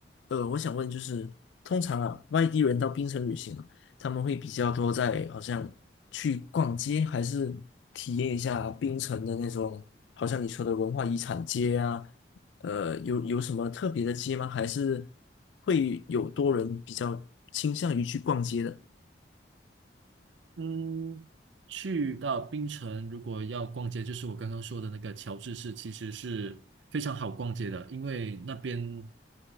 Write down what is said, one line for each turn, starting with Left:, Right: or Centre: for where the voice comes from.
Left: 呃，我想问就是，通常啊，外地人到槟城旅行啊，他们会比较多在好像去逛街，还是体验一下槟城的那种，好像你说的文化遗产街啊，呃，有有什么特别的街吗？还是会有多人比较倾向于去逛街的？
Right: 嗯，去到槟城，如果要逛街，就是我刚刚说的那个乔治市，其实是非常好逛街的，因为那边